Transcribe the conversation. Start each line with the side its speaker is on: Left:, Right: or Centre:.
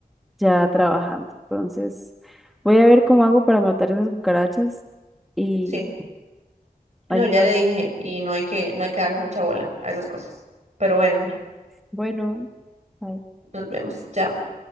Centre: ya trabajando. Entonces, voy a ver cómo
Right: sí,
Centre: hago para matar esas cucarachas y
Right: sí. No,
Centre: ahí te
Right: ya
Centre: aviso.
Right: le dije, y no hay que, no hay que darle mucha bola a esas cosas. Pero bueno, Amy,
Centre: Bueno, bye.
Right: nos vemos. Chao.